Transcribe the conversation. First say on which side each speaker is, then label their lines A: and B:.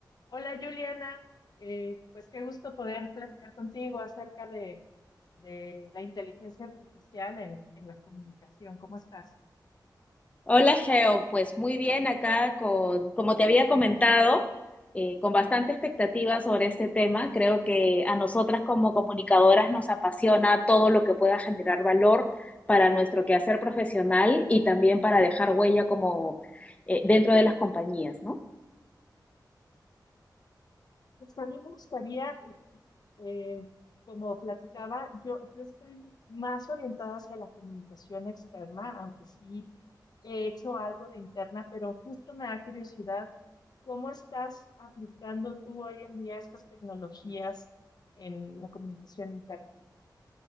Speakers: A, on the left (about 60°); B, on the left (about 15°).
A: Hola Juliana, Eh, pues qué gusto poder platicar contigo acerca de, de la inteligencia artificial en, en la comunicación. ¿Cómo estás?
B: Hola, Geo. Pues muy bien acá con, como te había comentado, eh, con bastante expectativa sobre este tema. Creo que a nosotras como comunicadoras nos apasiona todo lo que pueda generar valor para nuestro quehacer profesional y también para dejar huella como eh, dentro de las compañías, ¿no?
A: Pues a mí me gustaría, eh, como platicaba, yo, yo estoy más orientada hacia la comunicación externa, aunque sí he hecho algo de interna, pero justo me da curiosidad cómo estás aplicando tú hoy en día estas tecnologías en la comunicación interna.